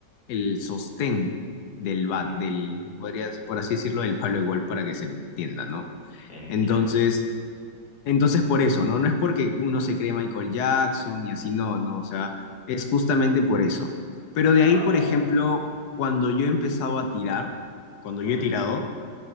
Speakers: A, on the left; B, on the left.
A: el sostén del bat,
B: ujú.
A: del, podrías, por así decirlo, del palo de gol para que se entienda, ¿no?
B: Entiendo.
A: Entonces... Entonces, por eso, ¿no? No es porque uno se cree Michael Jackson y así, no, no, o sea, es justamente por eso. Pero de
B: Ah,
A: ahí, por ejemplo, cuando yo he empezado a tirar, cuando yo
B: ok.
A: he tirado,